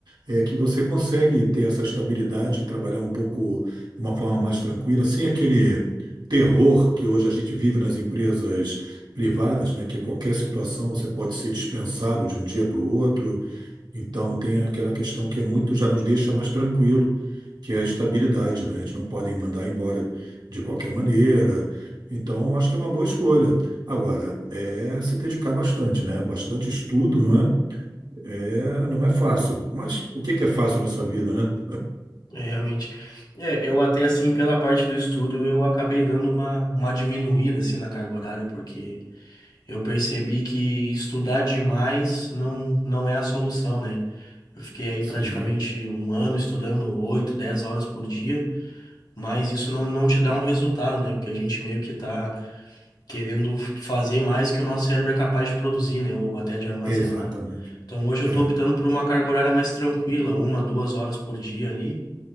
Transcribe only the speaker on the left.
É, realmente. É, eu até assim, pela parte do estudo, eu acabei dando uma, uma diminuída assim na carga horária, porque eu percebi que estudar demais não, não é a solução, né? Eu fiquei aí
praticamente um ano estudando 8 10 horas por dia, mas isso não, não te dá um resultado, né? Porque a gente meio que tá querendo fazer mais que o nosso cérebro é capaz de produzir, né? Ou até de armazenar.
Então hoje eu
tô optando por uma carga horária mais tranquila, uma, duas horas por dia ali,